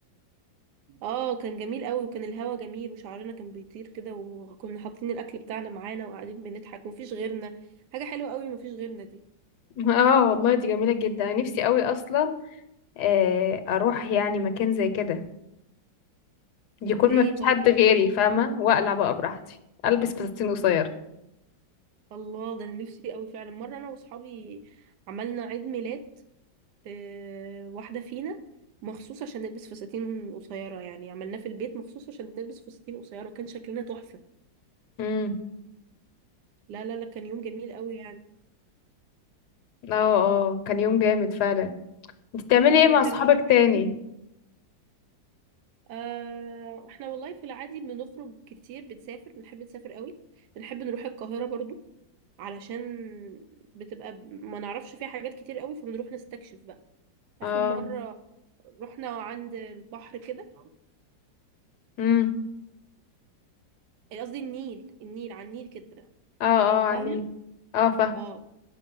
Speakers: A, on the right; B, on the left.
A: اه كان جميل قوي وكان الهوا جميل وشعرنا كان بيطير كده وكنا حاطين الاكل بتاعنا معانا وقاعدين بنضحك ومفيش غيرنا حاجه حلوه قوي مفيش غيرنا دي
B: <laughs> اه والله دي جميلة جدا انا نفسي قوي اصلا آه، اروح يعني مكان زي كده يكون
A: طب ايه
B: ما فيش
A: طيب
B: حد غيري
A: انت
B: فاهمة واقلع بقى براحتي البس فساتين قصير
A: الله ده انا نفسي قوي فعلا مره انا واصحابي عملنا عيد ميلاد آه واحده فينا مخصوص عشان نلبس فساتين قصيره يعني عملناه في البيت مخصوص عشان نلبس فساتين قصيره كان شكلنا تحفه
B: امم
A: لا لا لا كان يوم جميل قوي يعني
B: اه اه كان يوم جامد فعلا انت بتعملي
A: انتي
B: ايه
A: ما
B: مع
A: بتعمليش
B: صحابك
A: الحاجات
B: تاني
A: دي آه، احنا والله في العادي بنخرج كتير بنسافر بنحب نسافر قوي بنحب نروح القاهرة برضو علشان بتبقى ب- ما نعرفش فيها حاجات كتير قوي فبنروح نستكشف بقى
B: اه
A: آخر مرة رحنا عند البحر كده
B: امم
A: إيه قصدي النيل النيل على النيل كده
B: اه اه
A: فاهمة
B: عني اه فاهم
A: اه